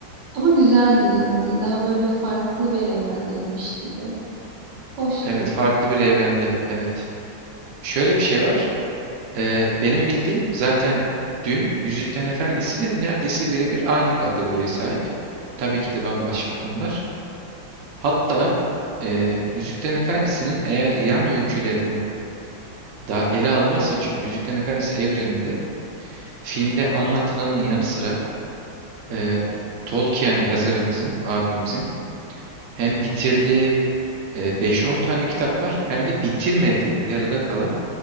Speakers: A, on the right; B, on the right.
A: ama güzeldi yani. Daha böyle farklı bir evrendeymiş gibi. Hoştu.
B: Evet, farklı bir evrende. Evet. Şöyle bir şey var. Ee, benim bildiğim zaten dün Yüzüklerin Efendisi'yle neredeyse birebir aynı kategoriye sahip. Tabii ki de bambaşka konular. Hatta e, Yüzüklerin Efendisi'nin eğer yan öykülerini daha ele almazsa çünkü Yüzüklerin Efendisi evreninde filmde anlatılanın yanı sıra e, Tolkien yazarımızın, abimizin hem bitirdiği e, 5-10 tane kitap var hem de bitirmediği, yarıda kalan